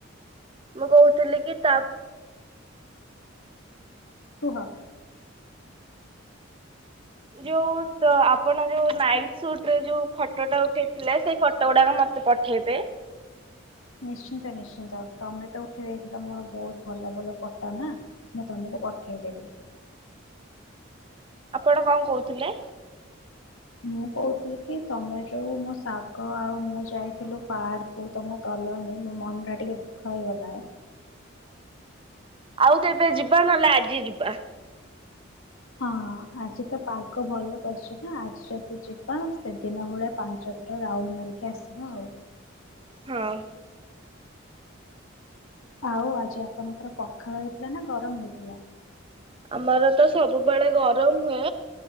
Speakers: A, on the right (about 25°); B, on the left (about 90°).
A: ମୁଁ କହୁଥିଲି କି ତାପ
B: କୁହ।
A: ଯୋଉ ଆପଣ ଯୋଉ ନାଇଟସୁଟରେ ଯୋଉ ଫଟୋଟା ଉଠେଇଥିଲେ ସେଇ ଫଟୋ ଗୁଡାକ ମତେ ପଠେଇବେ।
B: ନିଶ୍ଚିନ୍ତ ନିଶ୍ଚିନ୍ତ ତମେ ତ ଉଠେଇ ଦେଇଥିଲ ମୋର ବହୁତ ଭଲ ଭଲ ଫଟୋ ନା ମୁଁ ତମକୁ ପଠେଇଦେବି।
A: ଆପଣ କଣ କହୁଥିଲେ?
B: ମୁଁ କହୁଥିଲି କି ତମେ ଯୋଉ ମୋ ଶାଙ୍ଗ ଆଉ ମୁଁ ଯାଇଥିଲୁ ପାର୍କକୁ ତମେ ଗଲନି ମୋ ମନ ଟା ଟିକେ ଦୁଃଖ ହେଇଗଲା।
A: ଆଉ କେବେ ଯିବା ନହେଲେ ଆଜି ଯିବା।
B: ହଁ ଆଜି ତ ପାଗ ଭଲ କରିଛି ନା, ଆଜି ଯଦି ଯିବା ସେଦିନ ଭଳିଆ ପାଞ୍ଚ ଥର ରାଉଣ୍ଡ ମାରିକି ଆସିବା ଆଉ।
A: ହଁ
B: ଆଉ ଆଜି ଆପଣଙ୍କର ପଖାଳ ହେଇଥିଲା ନା ଗରମ ହେଇଥିଲା?
A: ଆମର ତ ସବୁବେଳେ ଗରମ ହୁଏ।